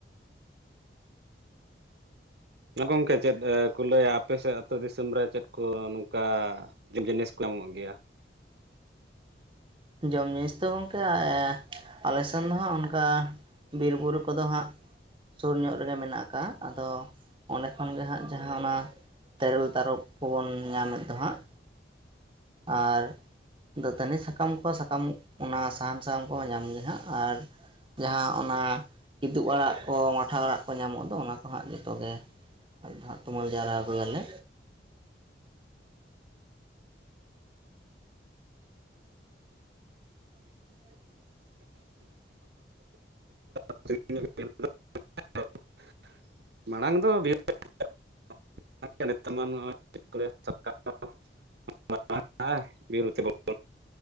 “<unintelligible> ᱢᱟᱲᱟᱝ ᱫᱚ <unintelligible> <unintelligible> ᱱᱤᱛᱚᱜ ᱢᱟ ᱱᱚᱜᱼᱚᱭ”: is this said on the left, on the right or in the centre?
Right